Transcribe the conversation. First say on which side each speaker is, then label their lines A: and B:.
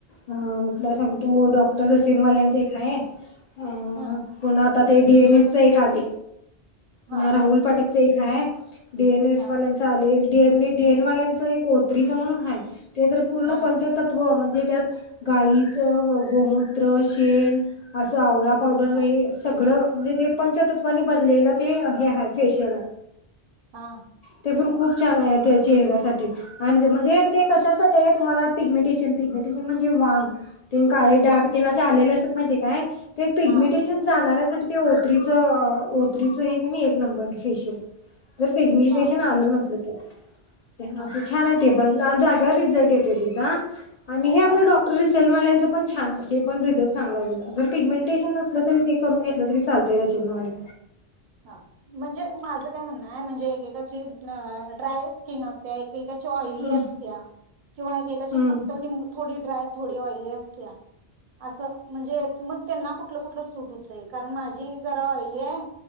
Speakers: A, on the left; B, on the right.
A: तुला सांगतो डॉक्टर रसीमवाल्याचं एक हाय अ
B: हा
A: पण आता ते डीएनएस एक आले.
B: हा
A: राहुल पाटक च एक हाय डीएनएस
B: हा
A: वाल्यांचा आले डे डेएनवाल्यांच, एक ओ थ्री च म्हणून हाय. ते तर पूर्ण
B: हा
A: पंच तत्व म्हण ते त्यात गायीच गोमूत्र, शेण अस आवळात पावडर
B: हा
A: हे सगळं म्हणजे ते पंचतत् <unintelligible> नी बनलेल
B: मिक्स
A: हे हाय फेशियलाय.
B: हा
A: ते पण खूप छान आहे. त्यात चेहऱ्यासाठी आणि जे म्हणजे ते
B: हा
A: कशासाठी आहेत? तुम्हाला पिग्मेटेशन, पिग्मेटेशन म्हणजे वांग ते न काळे
B: हा
A: डाग ते न असे आलेले अस माहिती काय? ते पिग्मीटेशन
B: हा बरोबर आहे
A: जाणाऱ्यासाठी ते ओत्रीच ओत्रीत एक आणि एक नंबर फेशियल. जर पिग्मीटेशन
B: हा
A: आल नसलं तर. <unintelligible>
B: हा
A: छान आहे ते. पण लाल जाग्यावर रिझल्ट येतोय त्याचा आणि हे आपला
B: हा
A: डॉक्टर रिसेल वालेन ते पण छान आहे ते पण रिझल्ट चांगला आहे त्याचा. जर पिग्मेंटेशन नसलं तरी ते करून घेतलं तरी चालतय <unintelligible> वाल्या
B: हां. म्हणजे माझं काय म्हणणं आहे. म्हणजे एकेकाची अं ड्राय स्किन अस <unintelligible> एकेकाची ऑइली
A: हम्म
B: असत्या किंवा एकेकाची
A: हम्म
B: फक्त निं थोडी ड्राय, थोडी ऑइली असत्या. असं म्हणजे मग त्यांना कुठल कुठल सुट हूतय. कारण माझी जरा ऑईली आहे.